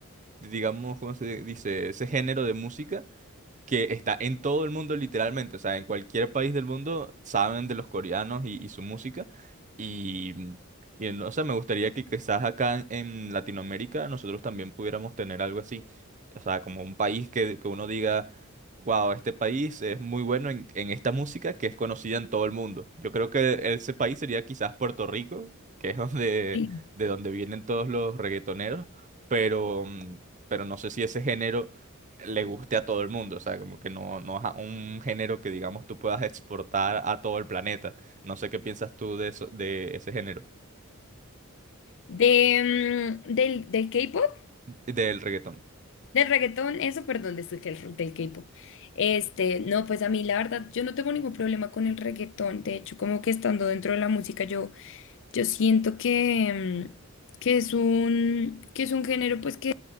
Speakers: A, on the right (about 35°); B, on the left (about 60°).
A: digamos, ¿cómo se dice? Ese género de música que está en todo el mundo literalmente, o sea, en cualquier país del mundo saben de los coreanos y, y su música y, y no sé, me gustaría que quizás acá en, en Latinoamérica nosotros también pudiéramos tener algo así, o sea, como un país que, que uno diga, wow, este país es muy bueno en, en esta música que es conocida en todo el mundo. Yo creo que ese país sería quizás Puerto Rico, que es donde,
B: y-
A: de donde vienen todos los reggaetoneros, pero, mm, pero no sé si ese género le guste a todo el mundo, o sea, como que no, no es a- un género que digamos tú puedas exportar a todo el planeta. No sé qué piensas tú de eso, de ese género,
B: De, mm, del, del K-pop.
A: del reggaetón.
B: Del reggaetón, eso, perdón, de esto que el- del K-pop. Este, no, pues a mí la verdad, yo no tengo ningún problema con el reggaetón. De hecho, como que estando dentro de la música, yo, yo siento que, mm, que es un, que es un género, pues, que,